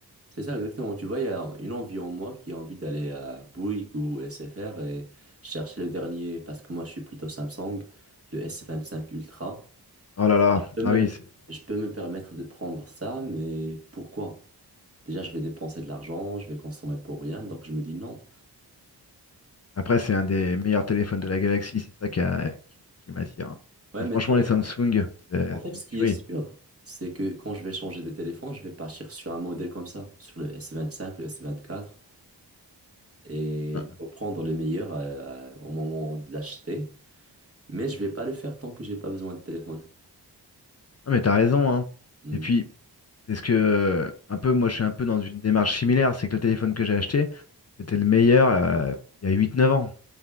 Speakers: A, on the right (about 35°); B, on the left (about 40°).
A: C'est ça, exactement. Tu vois, il y a une envie en moi qui a envie d'aller à Bouygues ou SFR et chercher le dernier, parce que moi, je suis plutôt Samsung, le S25 Ultra.
B: Oh là là.
A: Je peux me,
B: Ah oui. c'est-
A: je peux me permettre de prendre ça, mais pourquoi? Déjà, je vais dépenser de l'argent, je vais consommer pour rien, donc je me dis non.
B: Après, c'est un des meilleurs téléphones de la galaxie. C'est ça qui, a- qui, qui m'attire. hein.
A: Ouais,
B: Parce
A: mais
B: que franchement,
A: tant-
B: les Samsung, c'est
A: en fait,
B: c'est
A: ce
B: une
A: qui
B: tuerie.
A: est sûr, c'est que quand je vais changer de téléphone, je vais partir sur un modèle comme ça, sur le S25, le S24, et
B: Non,
A: pour prendre le meilleur euh, au moment de l'acheter. Mais je vais pas le faire tant que j'ai pas besoin de téléphone.
B: non, mais t'as raison. Hein.
A: Hmm,
B: Et puis, C'est ce que, un peu, moi, je suis un peu dans une démarche similaire. C'est que le téléphone que j'ai acheté, c'était le meilleur euh, il y a huit, neuf ans. Tu